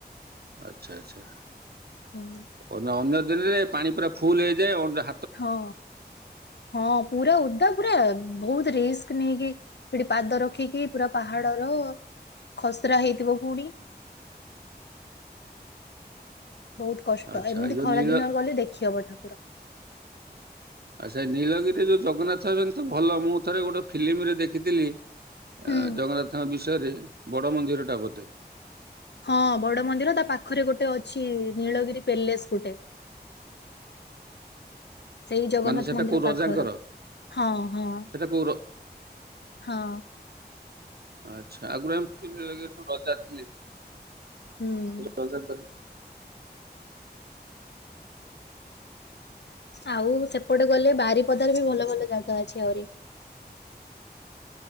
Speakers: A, on the right; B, on the left.
A: ଆଛା ଆଛା।
B: ହୁଁ।
A: ଓ ନା ଅନ୍ୟ ଦିନରେ ପାଣି ପୁରା ଫୁଲ ହେଇଯାଏ। ଅ
B: ହଁ ହଁ ପୁରା ଓଦା ପୁରା ବହୁତ ରିସ୍କ ନେଇକି ସେଠି ପାଦ ରଖ ରଖିକି ପୁରା ପାହାଡର ଖସରା ହେଇଥିବ ପୁଣି ବହୁତ କଷ୍ଟ
A: ଆଚ୍ଛା
B: ଏମିତି
A: ଏଇ ଯୋଉ
B: ଖରା
A: ନୀଳ
B: ଦିନରେ ଗଲେ ଦେଖି ହବ ଠାକୁର।
A: ଆ ସେ ନୀଳଗିରିରେ ଯୋଉ ଜଗନ୍ନାଥ ଯେମ ତ ଭଲ। ମୁଁ ଥରେ ଗୋଟେ ଫିଲିମିରେ ଦେଖିଥିଲି। ଅ
B: ହୁଁ
A: ଜଗନ୍ନାଥଙ୍କ ବିଷୟରେ ବଡ ମନ୍ଦିର ଟା ବୋଧେ
B: ହଁ ବଡ ମନ୍ଦିର ତା ପାଖରେ ଗୋଟେ ଅଛି ନୀଳଗିରି ପେଲେସ୍ ଗୋଟେ ସେଇ ଜଗନ୍ନାଥ
A: ମାନେ ସେଟା
B: ମନ୍ଦିର
A: କୋଉ ରଜାଙ୍କର
B: ପାଖର ହଁ ହଁ
A: ସେଟା କୋଉ
B: ହଁ।
A: ଆଛା ଆଗୁରୁ <unintelligible> ରଜା ଥିଲେ।
B: ହୁଁ।
A: ସେ ରଜା ପରି
B: ଆଉ ସେପଟେ ଗଲେ ବାରିପଦାର ବି ଭଲ ଭଲ ଜାଗା ଅଛି ଆହୁରି।